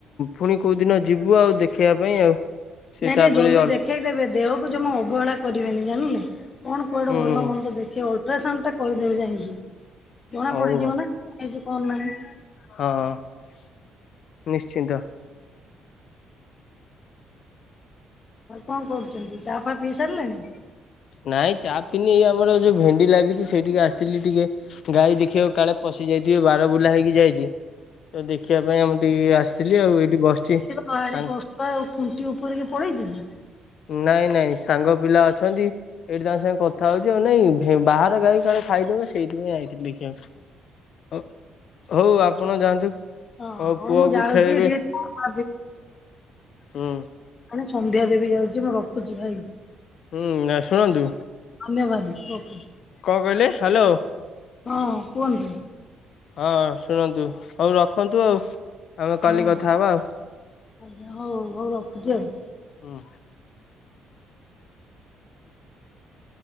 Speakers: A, on the left (about 55°); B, on the left (about 30°).
A: ପୁଣି କଉଦିନ ଯିବୁ ଆଉ ଦେଖେଇିବା ପାଇଁ ଆଉ। ସେ
B: ନାଇଁ
A: ତାପରେ
B: ଟିକେ ଜଲଦି ଦେଖେଇକି ଦେବେ ଦେହକୁ ଜମା ଅବହେଳା କରିବେନି ଜାଣିଲେ କଣ କୁଆଡେ
A: ହୁଁ
B: ଭଲ ମନ୍ଦ ଦେଖ। କି ଅଲଟ୍ରାସାଉଣ୍ଡ ଟା କରିଦେବେ ଯାଇକି ଜଣା
A: ହଉ
B: ପଡିଯିବ
A: ହଉ
B: ନା କଣ ହେଇଛି କଣ ନାହିଁ।
A: ହଁ ନିଶ୍ଚିନ୍ତ।
B: ଆଉ କଣ କରୁଛନ୍ତି ଚା ଫା ପିଇ ସାରିଲେଣି।
A: ନାଇଁ ଚା ପିଇନି ଏ ଆମର ଯୋଉ ଭେଣ୍ଡି ଲାଗିଛି ସେଇଠିକି ଆସିଥିଲି ଟିକେ। ଗାଈ ଦେଖିବାକୁ କାଳେ ପଶି ଯାଇଥିବେ ବାର ବୁଲା ହେଇକି ଯାଇଛି। ତ ଦେଖିବା ପାଇଁ ଆମ ଟିକେ ଆସିଥିଲି ଆଉ ଏଇଠି ବସିଛିି
B: ଭାରି
A: ସାଙ୍ଗ।
B: କଷ୍ଟ ଆଉ ଖୁଣ୍ଟି ଉପରକୁ ପଳେଇଛି କି।
A: ନାଇଁ ନାଇଁ ସାଙ୍ଗ ପିଲା ଅଛନ୍ତି। ଏଇଠି ତାଙ୍କ ସାଙ୍ଗେ କଥା ହଉଛି ଆଉ ନାଇଁ ବାହାରେ ଗାଈ କାଳେ ଖାଇଦେବେ ସେଇଥିପାଇଁ ଆଇଥିଲି ଦେଖିବାକୁ। ଆଉ। ହଉ ଆପଣ ଯାଆନ୍ତୁ
B: ହଁ ହଉ
A: ପୁଅକୁ
B: ମୁଁ ଯାଉଛି
A: ଖେଲେଇବେ।
B: ଟିକେ ଚା ଫା
A: ହଁ।
B: ମାନେ ସନ୍ଧ୍ୟା ଦେଵି ଯାଉଛି ମୁଁ ରଖୁଛିଭାଇ।
A: ହୁଁ ନା ଶୁଣନ୍ତୁ।
B: ଧନ୍ୟବାଦ ରଖୁଛି।
A: କଣ କହିଲେ ହ୍ୟାଲୋ।
B: ହଁ କୁହନ୍ତୁ।
A: ହଁ ଶୁଣନ୍ତୁ ହଉ ରଖନ୍ତୁ ଆଉ। ଆମେ କାଲି
B: ହଁ
A: କଥା ହବା ଆଉ
B: ଆଜ୍ଞା ହଉ ହଉ ରଖୁଛି ଆଉ
A: ହୁଁ।